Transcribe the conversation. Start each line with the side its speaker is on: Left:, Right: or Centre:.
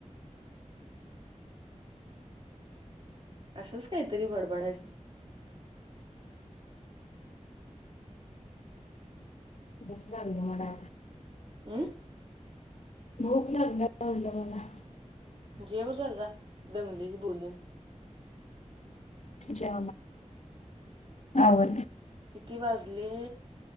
Right: असंच काहीतरी बडबडायचं
Left: बंग घडा
Right: अं
Left: भूक लागल म्हलं मला
Right: जेव जला दमलीच बोलून
Left: जा आव
Right: किती वाजले